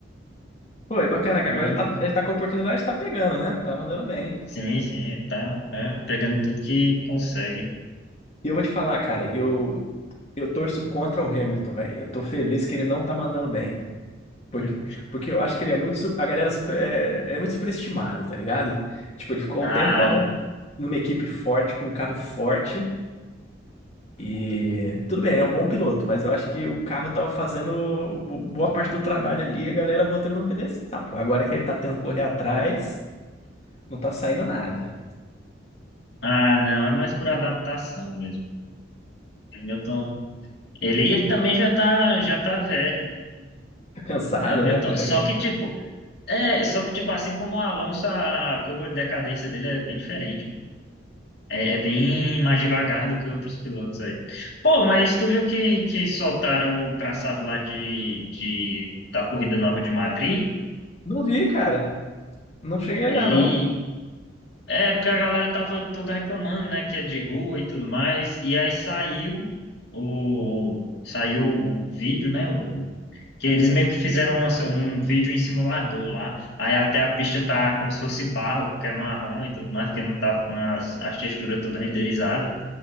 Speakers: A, on the left (about 35°); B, on the left (about 55°).
A: Pô, é bacana que
B: Bom
A: agora
B: demais.
A: ele tá, ele tá com a oportunidade, tá pegando, né? Tá mandando bem.
B: Sim, sim, tá, tá pegando tudo que consegue.
A: E eu vou te falar, cara, eu, eu torço contra o Hamilton, velho. Eu tô feliz que ele não tá mandando bem. Porque,
B: Ah,
A: porque eu acho que ele é muito. su- A galera super- é, é muito superestimada, tá ligado? Tipo, ele ficou
B: ah,
A: um tempão numa equipe forte, com um carro forte. E tudo bem, ele é um bom piloto, mas eu acho que o carro tava fazendo bo- boa parte do trabalho ali e a galera botando no pedestal, pô. Agora que ele tá tendo que correr atrás, não tá saindo nada.
B: ah, não, é mais por adaptação mesmo. O Milton, ele, ele também já tá, já tá velho,
A: Tá cansado,
B: né, Milton?
A: né? Pô, já
B: Só
A: ganhou.
B: que, tipo, é, só que, tipo, assim como o Alonso, a curva de decadência dele é bem diferente. É, é bem mais devagar do que outros pilotos aí. Pô, mas tu viu que, que soltaram o traçado lá de, de, da Corrida Nova de Madrid?
A: Não vi, cara. Não cheguei a
B: Ele.
A: olhar, não.
B: É, porque a galera tava toda reclamando, né, que é de rua e tudo mais. E aí saiu o, saiu o vídeo, né? o- Que eles meio que fizeram um, um vídeo em simulador lá. Aí até a pista tá como se fosse barro, porque é marrom e tudo mais, porque não tá com as, as texturas todas renderizadas.